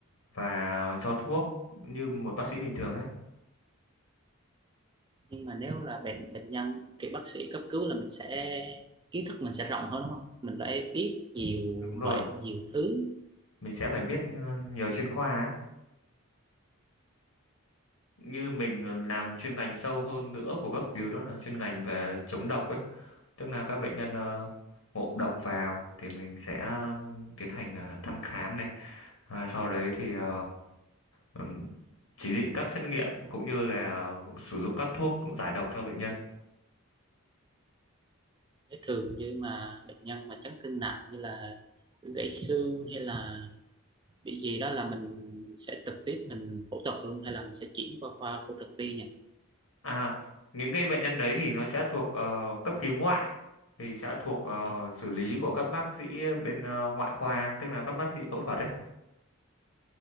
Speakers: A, on the left; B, on the right.
A: và cho thuốc như một bác sĩ bình thường ấy.
B: nhưng mà nếu là bệnh bệnh nhân thì bác sĩ cấp cứu là mình sẽ kiến thức mình sẽ rộng hơn đúng không mình phải biết nhiều
A: Đúng rồi,
B: bệnh nhiều thứ
A: mình sẽ phải biết ờ, nhiều chuyên khoa ấy. Như mình làm chuyên ngành sâu hơn nữa của cấp cứu đó là chuyên ngành về chống độc ấy. Tức là các bệnh nhân ờ, ngộ độc vào thì mình sẽ ờ, tiến hành ờ, thăm khám này. À, sau đấy thì ờ, ừm, chỉ định các xét nghiệm cũng như là sử dụng các thuốc giải độc cho bệnh nhân.
B: Nếu thường như mà bệnh nhân mà chấn thương nặng như là gãy xương hay là bị gì đó là mình sẽ trực tiếp mình phẫu thuật luôn hay là mình sẽ chuyển qua khoa phẫu thuật đi nhỉ
A: À, những cái bệnh nhân đấy thì nó sẽ thuộc ờ, cấp cứu ngoại thì sẽ thuộc ờ,
B: à,
A: xử lý của các bác sĩ bên ờ, ngoại khoa tức là các bác sĩ phẫu thuật đấy